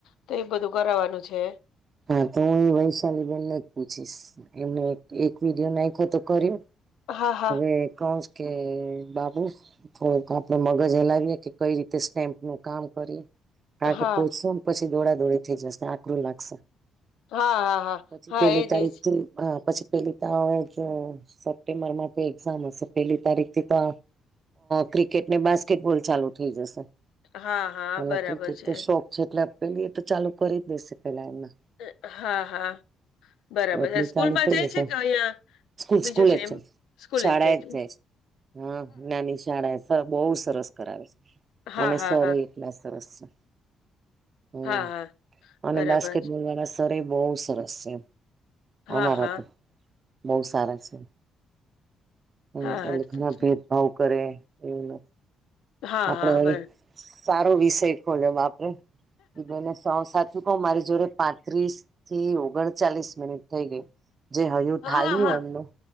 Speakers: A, on the left; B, on the right.
A: તો એ બધું કરાવવાનું છે.
B: હા તો હું વૈશાલી બેેન જ પૂછીશ એમને એક વિડીયો નાખ્યો તો કર્યો.
A: હા હા
B: હવે કોન્સ કે બાબુ. તો આપડે મગજ એ હલાવએે કે કઈ રીતે સ્ટેમ્પ નું કામ કરીએ. કારણ
A: હા
B: કે પોચસુ ન પછી દોડા દોડી થઈ જશે આકરું લાગશે.
A: હા હા હા
B: પછી
A: હા
B: પેલી
A: એજ
B: તારીખથી
A: એજ.
B: હા પછી પેલી તો હવે સપ્ટેમ્બર માંતો એક્ઝામ હશે. પેલી તારીખ થી તો ક્રિકેટ ને બાસ્કેટબોલ ચાલુ થઈ જશે.
A: હા હા
B: મ
A: બરાબર
B: ક્રિકેટ
A: છે.
B: તો શોખ છે એટલે પેલી એ તો ચાલુ કરી જ દેશે પેલા એમાં.
A: એ હા હા. બરાબર
B: એટલે
A: સ્કૂલમાં
B: ચાલુ થઇ
A: જાય
B: જશે
A: છે કે અહિયાં
B: સ્કૂલ
A: બીજું
B: સ્કૂલે
A: છે
B: જ
A: એમ સ્કૂલે
B: શાળા
A: જ જાય
B: એ
A: છું.
B: છે હા નાની શાળા બહુ સરસ કરાવે છે
A: હા
B: અને
A: હા
B: સરએ
A: હા
B: કેટલા સરસ છે. હમ
A: હા હા
B: અને
A: બરાબર
B: બાસ્કેટબોલ
A: છે.
B: વાળા સરેય બહુ સરસ છે એમ.
A: હા
B: અમારા
A: હા
B: તો બહું સારા છે. હમ
A: હા હા
B: એટલે ઘણા
A: તો તો
B: ભેદભાવ કરે એવું નથી
A: હા
B: આપડે
A: હા
B: વળી
A: બર
B: સારો વિષય ખોલ્યો બાપરે એ જોઈને સાવ સાચું કહ મારી જોડે પાંત્રીસ થી ઓગણ ચાલીસ મિનિટ થઈ ગઈ જે હજુ ઠાલ્યું
A: હા હા
B: એમનું